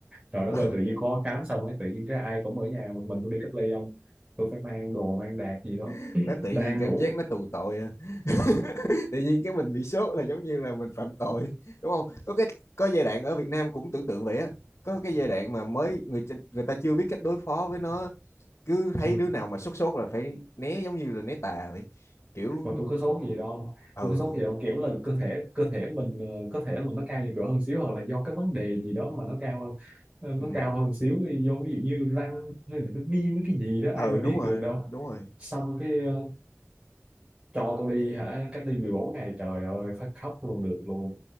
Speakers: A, on the right (about 20°); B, on the left (about 65°).
A: rồi đó
B: ừ.
A: rồi tự nhiên khó khám xong ấy tự nhiên cái ai cũng ở nhà một mình tôi đi cách ly không tôi phải mang đồ mang đạc gì đó
B: <laughs> nó tự
A: đang
B: nhiên cảm
A: ngủ
B: giác nó tù tội à. <laughs> tự nhiên cái mình bị sốt là giống như là mình phạm tội đúng không có cái có giai đoạn ở Việt Nam cũng tưởng tượng vậy á có cái giai đoạn mà mới người ta- người ta chưa biết cách đối phó với nó cứ thấy
A: ừ.
B: đứa nào mà sốt sốt là phải né giống như là né tà vậy kiểu
A: mà tôi có sốt gì đâu không
B: ừ
A: tôi có sốt gì đâu kiểu là cơ thể cơ thể mình ờ, có thể là nó cao nhiệt độ hơn xíu hoặc là do cái vấn đề gì đó mà nó cao hơn ờ,
B: ừ
A: nó cao hơn xíu do ví dụ như răng hay là nó viêm cái gì đó
B: ừ
A: ai mà biết
B: đúng rồi
A: được đâu
B: đúng rồi
A: xong cái ờ, cho tôi đi hả cách ly mười bốn ngày trời ơi phát khóc luôn được luôn